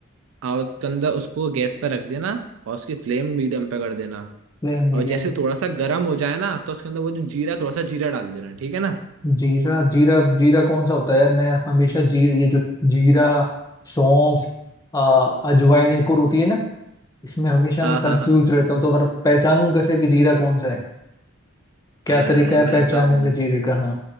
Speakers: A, on the right; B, on the left.
A: और उसके अंदर उसको गैस पे रख देना और उसकी फ्लेम मीडियम पे कर देना
B: Flame medium
A: और जैसे थोड़ा सा गर्म हो जाए ना तो उसके अंदर वो जो जीरा थोड़ा सा जीरा डाल देना ठीक है ना
B: जीरा जीरा जीरा कौन सा होता है यार मैं हमेशा जीर ये जो जीरा सौंफ आ, अजवाइन एक और होती है ना इसमें हमेशा
A: हाँ
B: मैं कंफ्यूज
A: हाँ हाँ
B: रहता हूँ तो मतलब पहचानूं कैसे कि जीरा कौन सा है क्या
A: अ,
B: तरीका है
A: मैं
B: पहचानने
A: बताऊँ
B: का जीरे का हाँ